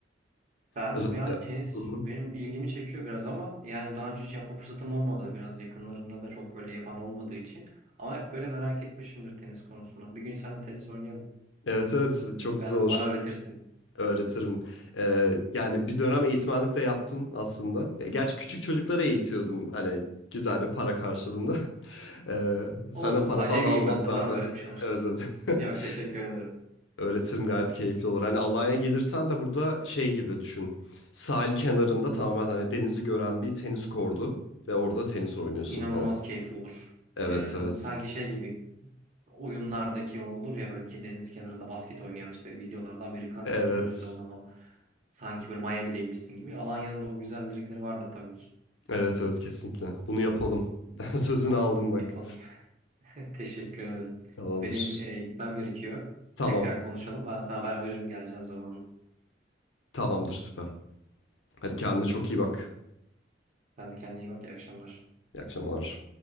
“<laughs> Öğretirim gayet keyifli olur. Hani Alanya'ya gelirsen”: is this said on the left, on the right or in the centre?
Left